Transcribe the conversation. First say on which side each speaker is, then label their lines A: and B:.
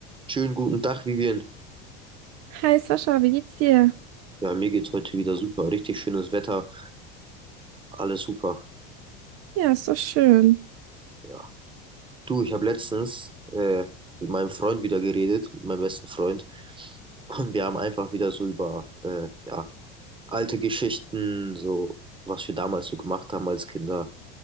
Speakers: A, on the right; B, on the right.
A: Schönen guten Tag, Vivian.
B: Hi Sascha, wie geht's dir?
A: Ja, mir geht's heute wieder super. Richtig schönes Wetter, alles super.
B: Ja, ist doch schön.
A: Ja. Du, ich habe letztens äh, mit meinem Freund wieder geredet, mit meinem besten Freund. Und wir haben einfach wieder so über äh, ja, alte Geschichten, so was wir damals so gemacht haben als Kinder,